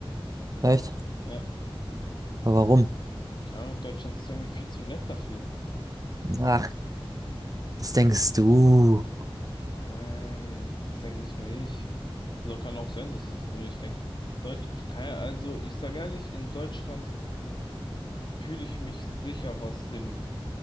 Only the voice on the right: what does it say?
Echt?
Aber warum?
Ach, was denkst du.